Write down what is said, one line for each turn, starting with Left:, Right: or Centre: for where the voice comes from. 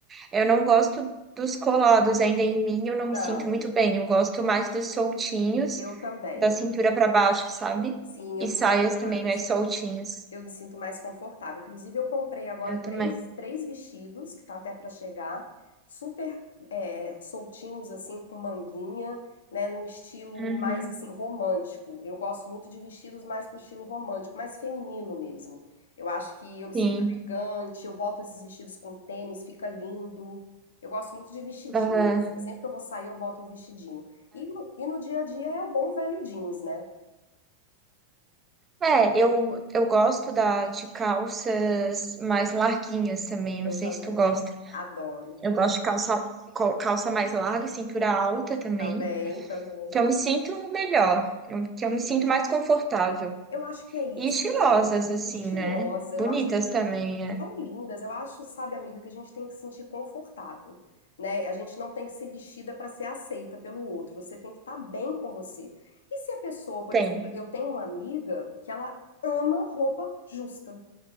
Right: eu não gosto dos colados ainda em mim, eu não me
Left: Não,
Right: sinto muito bem. Eu gosto mais dos soltinhos,
Left: eu também.
Right: da cintura para baixo, sabe?
Left: Sim, eu
Right: E
Left: me
Right: saias
Left: sinto
Right: também
Left: mais.
Right: mais soltinhas.
Left: eu me sinto mais confortável. Inclusive, eu comprei agora
Right: Eu
Left: três,
Right: também.
Left: três vestidos, que tá até para chegar, super é, soltinhos, assim, com manguinha, né, num estilo
Right: Uhum,
Left: mais, assim, romântico. Eu gosto muito de vestidos mais pro estilo romântico, mais feminino mesmo. Eu acho que eu me
Right: sim.
Left: sinto elegante, eu boto esses vestidos com tênis, fica lindo. Eu gosto muito de vestidinho,
Right: Aham.
Left: assim, sempre que eu vou sair eu boto um vestidinho. E no, e no dia a dia é o bom velho jeans, né?
Right: É, eu, eu gosto da, de calças mais larguinhas também.
Left: Eu
Right: Não sei
Left: também
Right: se tu gosta.
Left: adoro.
Right: Eu gosto de calça, co- calça mais larga, cintura alta também.
Left: Também, também.
Right: Que eu me sinto melhor. eu- Que eu me sinto mais confortável.
Left: Eu acho que é isso,
Right: E estilosas, assim,
Left: estilosa,
Right: né?
Left: eu
Right: Bonitas
Left: acho que
Right: também, é.
Left: são lindas, eu acho, sabe, amiga, que a gente tem que se sentir confortável, né? A gente não tem que ser vestida para ser aceita pelo outro, você tem que estar bem com você. E se a pessoa, por
Right: Tem.
Left: exemplo, eu tenho uma amiga que ela ama roupa justa.